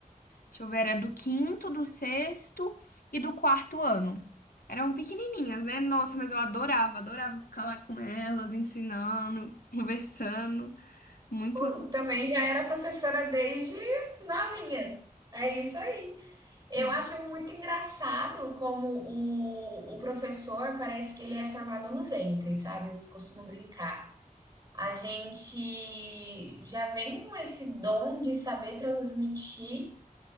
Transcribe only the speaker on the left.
Deixa eu ver, era do quinto, do sexto e do quarto ano. Eram pequenininhas, né? Nossa, mas eu adorava, adorava ficar lá com elas, ensinando, <laughs> conversando. Muito
legal.